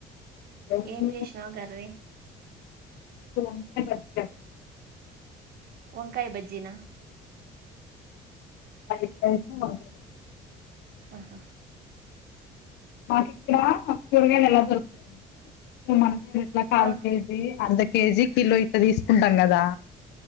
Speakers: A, on the left; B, on the right.
A: రోజు
B: ఏం చేసినవు కర్రీ?
A: గోంగూర పచ్చడి అ
B: వంకాయ బజ్జిన
A: <inaudible>
B: ఆహా
A: మాకి ఇక్కడ కూరగాయలు ఎలా దొరుతుంది అంటే స మన నేను ఇట్లా కాల్కేజీ,
B: ఆ
A: అర్దకేజీ, కిలో ఇట్లా తీసుకుంటాం కదా